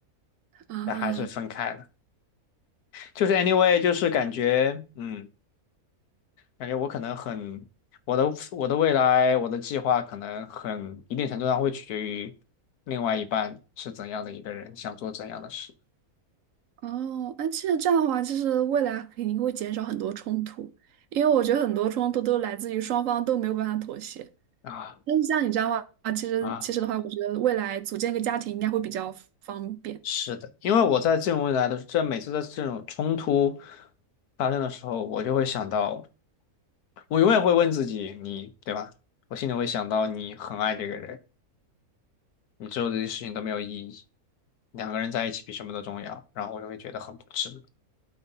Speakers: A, on the right (about 65°); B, on the left (about 80°).
A: 啊。
B: 但还是分开了。就是 anyway，就是感觉嗯。感觉我可能很，我的我的未来，我的计划可能很一定程度上会取决于另外一半是怎样的一个人，想做怎样的事
A: 哦，那其实这样的话，就是未来肯定会减少很多冲突，因为我觉得很多冲突都来自于双方都没有办法妥协。
B: 啊
A: 但是像你这样的话，其实其实的话，
B: 啊，
A: 我觉得未来组建一个家庭应该会比较方便。
B: 是的，因为我在这种未来的这每次的这种冲突发生的时候，我就会想到，我永远会问自己，你对吧？我心里会想到你很爱这个人，你做的这些事情都没有意义，两个人在一起比什么都重要，然后我就会觉得很不值。